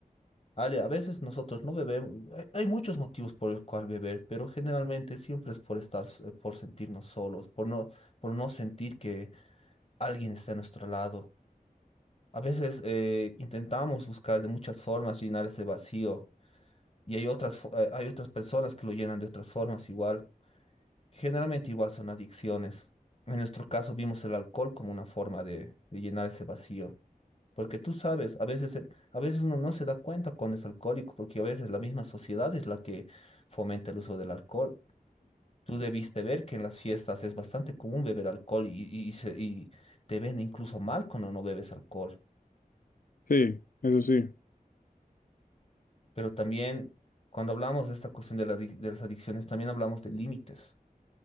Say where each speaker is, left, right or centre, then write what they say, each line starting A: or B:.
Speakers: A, on the left (about 40°); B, on the left (about 65°).
A: Ale, a veces nosotros no bebemos, hay, hay muchos motivos por el cual beber, pero generalmente siempre es por estar, s- eh, por sentirnos solos, por no, por no sentir que alguien está a nuestro lado. A veces eh, intentamos buscar de muchas formas llenar ese vacío y hay otras, fo- eh, hay otras personas que lo llenan de otras formas igual. Generalmente igual son adicciones. En nuestro caso vimos el alcohol como una forma de, de llenar ese vacío. Porque tú sabes, a veces, eh, a veces uno no se da cuenta cuando es alcohólico, porque a veces la misma sociedad es la que fomenta el uso del alcohol. Tú debiste ver que en las fiestas es bastante común beber alcohol y, y- y se- y te ven incluso mal cuando no bebes alcohol.
B: Sí, eso sí,
A: Pero también cuando hablamos de esta cuestión de la adic- de las adicciones, también hablamos de límites.